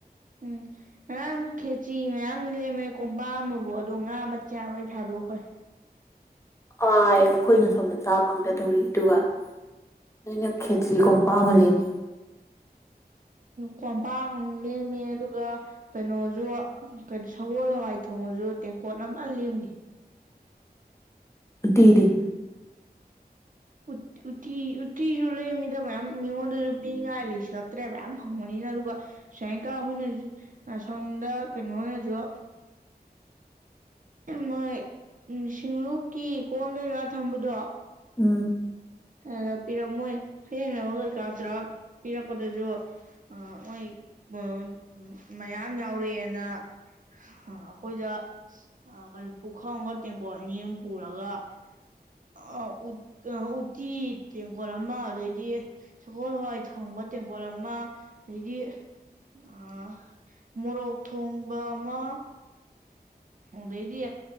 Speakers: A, on the right; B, on the left.
A: ꯎꯝ ꯉꯔꯥꯡ ꯈꯦꯆꯤ ꯃꯌꯥꯝ ꯂꯦꯝꯃꯦ ꯀꯣꯝꯄꯥꯛ ꯑꯃꯕꯨ ꯑꯗꯣ ꯉꯥ ꯃꯆꯥꯛ ꯂꯣꯏ ꯊꯥꯗꯣꯛꯈꯔꯦ
B: ꯑꯥꯏ ꯑꯈꯣꯏꯅ ꯁꯣꯝꯗ ꯆꯥ ꯐꯪꯗ ꯗꯧꯔꯤ ꯗꯨꯒ ꯅꯣꯏꯅ ꯈꯦꯆꯤ ꯀꯣꯝꯄꯥꯛ ꯑꯃ ꯂꯦꯝꯃꯤ
A: ꯀꯣꯝꯄꯥꯛ ꯑꯃꯨꯛ ꯂꯦꯝꯃꯦ ꯑꯗꯨꯒ ꯀꯩꯅꯣꯖꯨ ꯁꯒꯣꯜ ꯍꯋꯥꯏ ꯊꯣꯡꯕꯖꯨ ꯇꯦꯡꯀꯣꯠ ꯑꯃ ꯂꯦꯝꯒꯤ
B: ꯎꯇꯤꯗꯤ
A: ꯎꯠ ꯎꯇꯤ ꯎꯇꯤꯖꯨ ꯂꯦꯝꯃꯤꯗ ꯃꯌꯥꯝ ꯃꯤꯉꯣꯟꯗꯖꯨ ꯄꯤꯅꯤꯡꯉꯥꯏ ꯂꯩꯁꯜꯂꯛꯇ꯭ꯔꯦ ꯃꯌꯥꯝ ꯐꯪꯕꯅꯤꯅ ꯑꯗꯨꯒ ꯁꯦꯡꯀꯥ ꯍꯣꯏꯅꯖꯨ ꯑꯁꯣꯟꯗ ꯀꯩꯅꯣ ꯍꯣꯏꯅꯖꯨ ꯃꯣꯏ ꯎꯝ ꯁꯤꯡꯂꯨꯞꯀꯤ ꯀꯣꯟ ꯀꯩꯀꯥ ꯊꯝꯕꯗꯣ
B: ꯎꯝ
A: ꯍꯗ ꯄꯤꯔꯝꯃꯣꯏ ꯐꯦꯡꯅꯕ ꯀꯩꯀꯥ ꯇꯧꯔꯥ ꯄꯤꯔꯛꯄꯗꯖꯨ ꯑꯥ ꯃꯣꯏ ꯑ ꯃꯌꯥꯝ ꯌꯥꯎꯔꯛꯑꯦꯅ ꯍꯥ ꯑꯈꯣꯏꯗ ꯑꯥ ꯀꯩꯅꯣ ꯄꯨꯈꯝ ꯑꯝꯒ ꯇꯦꯡꯀꯣꯠ ꯑꯅꯤ ꯑꯝ ꯄꯨꯔꯒ ꯑꯥ ꯎꯠ ꯑ ꯎꯇꯤ ꯇꯦꯡꯀꯣꯠ ꯑꯃ ꯑꯗꯩꯗꯤ ꯁꯒꯣꯜ ꯍꯋꯥꯏ ꯊꯣꯡꯕ ꯇꯦꯡꯒꯣꯠ ꯑꯃ ꯑꯗꯒꯤ ꯑꯥ ꯃꯣꯔꯣꯛ ꯊꯣꯡꯕ ꯑꯃ ꯑꯗꯩꯗꯤ